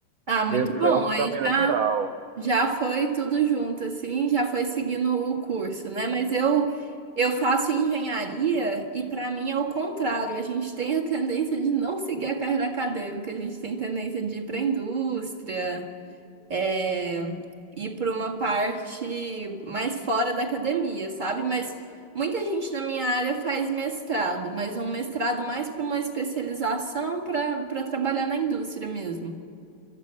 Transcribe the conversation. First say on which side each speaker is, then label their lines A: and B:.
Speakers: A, on the right; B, on the right.
A: Ah, muito
B: meio que
A: bom.
B: foi um
A: Aí
B: caminho
A: já
B: natural.
A: já foi tudo junto assim, já foi seguindo o curso, né? Mas eu eu faço engenharia e para mim é o contrário. A gente tem a tendência de não seguir a carreira acadêmica, a gente tem tendência de ir para a indústria, é, ir para uma parte mais fora da academia, sabe? Mas muita gente na minha área faz mestrado, mas um mestrado mais para uma especialização para para trabalhar na indústria mesmo.